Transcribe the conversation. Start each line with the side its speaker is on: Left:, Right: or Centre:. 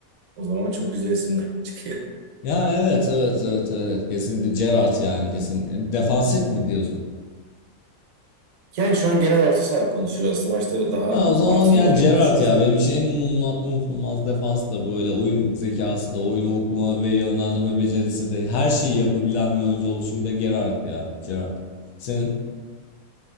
Right: o zaman çok güzel isimler <laughs> çıkıyor.
Left: Ya evet evet evet evet kesinlikle Gerrard yani kesin. E, Defansif mi diyorsun?
Right: Yani şu an genel orta saha konuşuyoruz aslında. Başta daha
Left: Ha o zaman
Right: 6
Left: yani
Right: numara
Left: Gerrard
Right: gibi düşünmüştüm
Left: ya benim
Right: ama.
Left: için en unutulma- unutulmaz defans da böyle oyun zekası da oyunu okuma ve yönlendirme becerisi de her şeyi yapabilen bir oyuncu oluşuyla Gerrard ya Gerrard. Senin?